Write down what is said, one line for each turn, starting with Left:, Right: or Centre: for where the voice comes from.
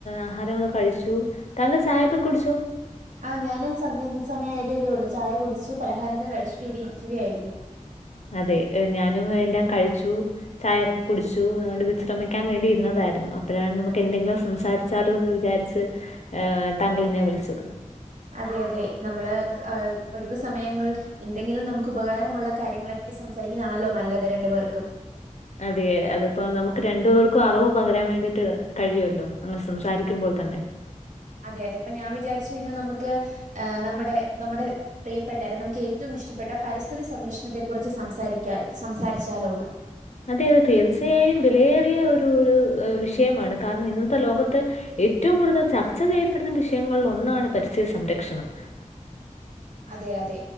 Left: ആഹാരമൊക്കെ കഴിച്ചു താങ്കൾ ചായൊക്കെ കുടിച്ചോ
Right: ആ ഞാനുംസന്ധ്യസമയായ തല്ലെ ഉള്ളൂ ചായ കുടിച്ചു പലഹാരൊക്കെ കഴിച്ചിട്ട് ഇവിടെ ഇരിക്കുകയായിരുന്നു.
Left: അതെ ഞാനും എല്ലാം കഴിച്ചു. ചായെക്കെ കുടിച്ചു അതുകൊണ്ട് വിശ്രമിക്കാൻ വേണ്ടിയിരുന്നതായിരുന്നു അപ്പഴാണ് നമുക്ക് എന്തെങ്കിലും സംസാരി ച്ചാലോന്ന് വിചാരിച്ച് ഹ താങ്കൾനെ വിളിച്ചത്.
Right: അതെ അതെ നമ്മള് അ ഒഴിവ് സമയങ്ങൾ. എന്തെങ്കിലും നമുക്ക് ഉപകാരമുള്ള കാര്യങ്ങളെ പറ്റി സംസാരിക്കുന്നതാണല്ലോ നല്ലത് രണ്ടു പേർക്കും.
Left: അതെ അത്പ്പ നമുക്ക് രണ്ടു പേർക്കും അറിവ് പകരാൻ വേണ്ടിട്ട് കഴിയൊല്ലോ? അങ്ങനെ സംസാരിക്കുമ്പോൾ തന്നെ.
Right: അതെ അതെ പ്പ ഞാൻ വിചാരിച്ചു ഇന്ന് നമ്മുക്ക് നമ്മുടെ നമ്മുടെ പ്രിയപ്പെട്ടല്ലെ നമുക്ക് ഏറ്റവും ഇഷ്ടപ്പെട്ട പരിസ്ഥിതി സംരക്ഷണത്തെ കുറിച്ച് സംസാരിക്കാൽ സംസാരിച്ചാലോന്ന്?
Left: അതെയത് തീർച്ചയായും വിലയേറിയ ഒരു ഒരു വിഷയമാണ്. കാരണം ഇന്നത്തെ ലോകത്ത് ഏറ്റവും കൂടുതൽ ചർച്ച ചെയ്യപ്പെടുന്ന വിഷയങ്ങളിലൊന്നാണ് പരിസ്ഥതി സംരക്ഷണം.
Right: അതെ അതെ